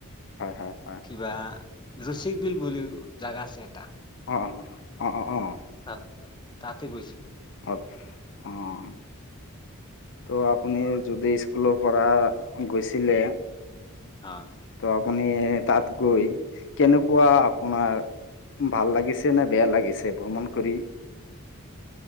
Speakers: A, on the left (about 55°); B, on the left (about 20°).
A: হয় হয় হয়
B: কিবা ৰুচি বিল বুলিও জাগা আছে এটা।
A: অ', অ', অ', অ'।
B: তাত তাতে গৈছিলোঁ।
A: অ' ত' আপুনি যদি স্কুলৰ পৰা গৈছিলে।
B: অ'।
A: ত' আপুনি তাত গৈ কেনেকুৱা আপোনাৰ ভাল লাগিছে নে বেয়া লাগিছে ভ্ৰমণ কৰি।